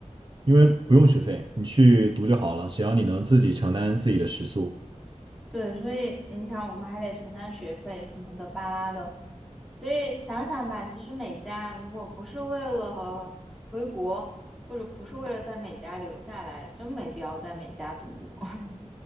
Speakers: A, on the right (about 40°); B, in the centre.
A: 因为不用学费，你去读就好了，只要你能自己承担自己的食宿。
B: 对，所以你想，我们还得承担学费什么的巴拉的，所以想想吧，其实美加如果不是为了回国，或者不是为了在美加留下来，真没必要在美加读博。<laughs>